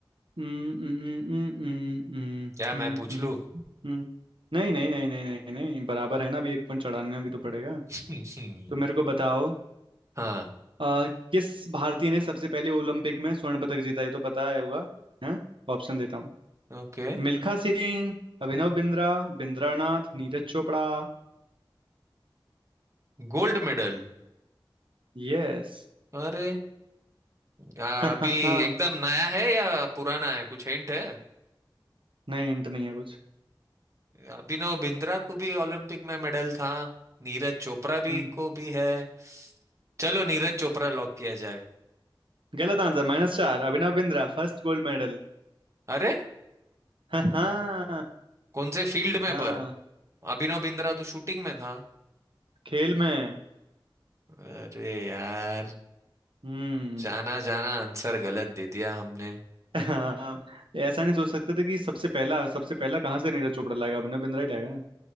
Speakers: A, on the right (about 80°); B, on the right (about 35°).
A: हम्म, हम्म, हम्म, हम्म, हम्म,
B: क्या मैं
A: हम्म,
B: पूछ
A: हम्म।
B: लूँ
A: हम्म। नहीं नहीं नहीं नहीं नहीं नहीं बराबर है ना अभी एक पॉइंट चढ़ाने भी तो पड़ेगा
B: <laughs>
A: तो मेरे को बताओ
B: हाँ
A: आ, किस भारतीय ने सबसे पहले ओलंपिक में स्वर्ण पदक जीता ये तो पता है होगा हैं ऑप्शन देता हूँ
B: Okay
A: मिल्खा सिंह अभिनव बिंद्रा बिंद्रा नाथ नीरज चोपड़ा
B: gold medal
A: यस
B: अरे आ,
A: <laughs>
B: अभी एकदम नया है या पुराना है कुछ हिंट है
A: नहीं इंट नहीं है कुछ
B: अभिनव बिंद्रा को भी ओलंपिक में मेडल था नीरज चोपड़ा भी
A: हम्म,
B: को भी है चलो नीरज चोपड़ा लॉक किया जाए
A: गलत आंसर माइनस चार Abhinav Bindra first gold medal
B: अरे
A: हाँ हाँ
B: कौन से फील्ड में
A: हाँ,
B: पर अभिनव बिंद्रा तो शूटिंग में था
A: खेल में
B: अरे यार
A: हम्म
B: जाना जाना आंसर गलत दे दिया हमने
A: हाँ ऐसा नहीं सोच सकते थे कि सबसे पहला सबसे पहला कहाँ से नीरज चोपड़ा लाएगा अभिनव बिंद्रा ही लाएगा ना